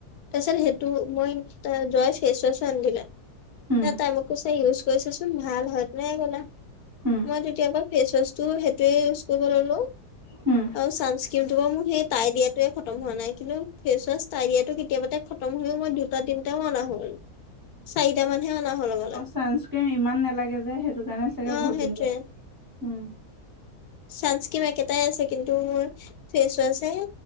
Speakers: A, on the left; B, on the right.
A: তাৰপিছত সেইটো মই তাৰ জয় ফেচ ওৱাচো আনি দিলে
B: উম
A: তাই মোক কৈছে ইউজ কৰি ছা চোন ভাল হয় তেনেকে কলা মই
B: উম
A: তেতিয়াৰ পা ফেচৱাচটো সেইটোৱে ইউজ কৰিব ল'লো
B: উম
A: আও ছানস্ক্ৰীমটো বাওঁ মোৰ সেই তাই দিয়াতোৱে খতম হোৱা নাই কিন্তু ফেচ ৱাছ তাই দিয়াটো কেতিয়াবাতে খতম হৈও মই দুটা তিনিটাও আনা হল চাৰিটা মানহে অনা হল হবলা
B: ছানস্ক্ৰীম ইমান নালাগে যে সেইটো কাৰণে চাগে
A: অ
B: বহুত
A: সেইটোয়ে
B: দিন যায় উম
A: চানস্ক্ৰীম একেটাই আছে কিন্তু মোৰ ফেচ ৱাছহে